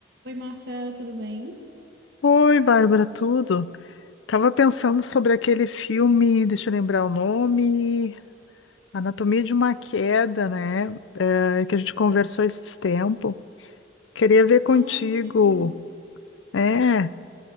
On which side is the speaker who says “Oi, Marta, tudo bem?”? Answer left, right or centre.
Right